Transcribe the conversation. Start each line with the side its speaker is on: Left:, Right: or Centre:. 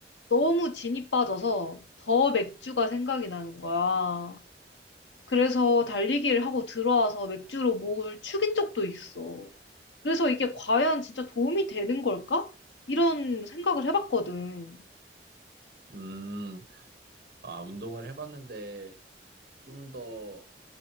Left: 너무 진이 빠져서 더 맥주가 생각이 나는 거야. 그래서 달리기를 하고 들어와서 맥주로 목을 축인 적도 있어. 그래서 이게 과연 진짜 도움이 되는 걸까? 이런 생각을 해봤거든.
Right: 음, 아, 운동을 해봤는데 좀더